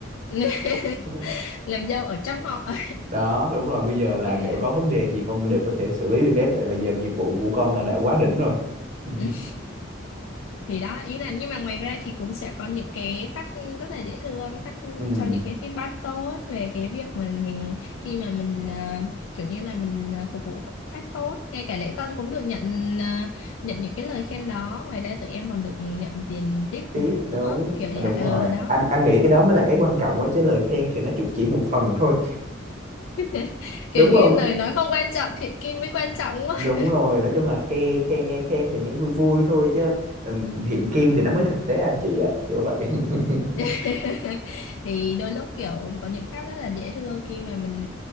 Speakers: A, on the left; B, on the right.
A: <laughs>
B: <laughs>
A: làm dâu ở trăm họ
B: đó đúng rồi bây giờ là
A: kiểu
B: kiểu
A: vậy
B: có vấn đề gì con đều có thể xử lý được hết tại bây giờ nghiệp vụ của con là đã quá đỉnh rồi <laughs>
A: Ừ. thì đó ý là nhưng mà ngoài ra thì cũng sẽ có những cái khách rất là dễ thương khách
B: ừ,
A: cho những cái feedback tốt về cái việc mà mình khi mà mình à, kiểu như là mình à, phục vụ khách tốt ngay cả lễ tân cũng được nhận à, nhận những cái lời khen đó ngoài ra tụi em còn được nhận tiền tip
B: tiếp
A: từ khách
B: đúng
A: nữa kiểu vậy
B: à, đúng
A: ờ
B: rồi
A: đó
B: anh anh nghĩ cái đó mới là cái quan trọng quá chứ lời khen thì nó cũng chỉ một phần thôi
A: <laughs> kiểu
B: <laughs> đúng
A: như
B: không
A: lời nói không quan trọng thiện kim mới quan trọng
B: đúng
A: <laughs>
B: rồi nói chung là khen khen nghe khen thì nghe vui vui thôi chứ ừm, hiện kim thì nó mới thực tế anh chị ạ kiểu vậy <laughs>
A: <laughs> thì đôi lúc kiểu có những khách rất là dễ thương khi mà mình